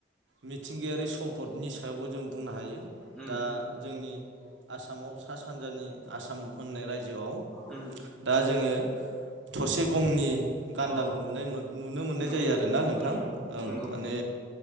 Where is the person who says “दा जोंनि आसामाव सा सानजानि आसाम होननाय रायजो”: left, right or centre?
Right